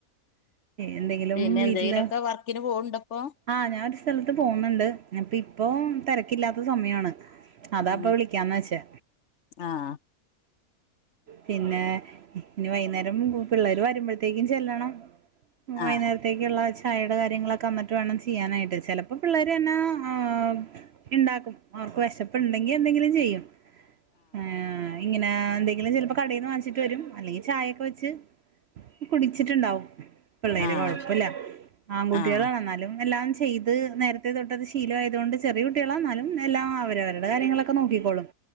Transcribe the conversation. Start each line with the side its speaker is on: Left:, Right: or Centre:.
Right: എന്തെങ്കിലും
Left: പിന്നെ
Right: വീട്ടില്
Left: എന്തെങ്കിലുമൊക്കെ വർക്കിന് പോവ്ണ്ടപ്പൊ
Right: ആഹ് ഞാൻ ഒരു സ്ഥലത്ത് പോകുന്നുണ്ട് അപ്പ ഇപ്പൊ തിരക്കില്ലാത്ത സമയമാണ് അതാ
Left: ഉം
Right: ഇപ്പൊ വിളിക്കാന്ന് വച്ചേ
Left: ആഹ്
Right: പിന്നെ ഇനി വൈകുന്നേരം പിള്ളേർ വരുമ്പോഴത്തേക്കും ചെല്ലണം വൈകുന്നേര
Left: ആഹ്
Right: ത്തേക്കുള്ള ചായയുടെ കാര്യങ്ങളൊക്കെ എന്നിട്ട് വേണം ചെയ്യാനായിട്ട് ചിലപ്പോ പിള്ളേര് തന്നെ ആഹ് ഉണ്ടാക്കും അവർക്ക് വിശപ്പ് ഉണ്ടെങ്കിൽ എന്തെങ്കിലും ചെയ്യും ആഹ് ഇങ്ങനെ എന്തെങ്കിലും ചിലപ്പോ കടയിൽന്ന് വാങ്ങിച്ചിട്ട് വരും അല്ലെങ്കിൽ ചായയൊക്കെ വെച്ച് കുടിച്ചിട്ടുണ്ടാവും പിള്ളേര്
Left: ആഹ്
Right: കുഴപ്പില്ല ആൺകുട്ടികളാണ്
Left: ആഹ്
Right: എന്നാലും എല്ലാം ചെയ്യും അത് നേരത്തെ തൊട്ട് അത് ശീല ആയത്കൊണ്ട് ചെറിയ കുട്ടികളാ എന്നാലും എല്ലാം അവരവര അവരുടെ കാര്യങ്ങൾ ഒക്കെ നോക്കിക്കോളും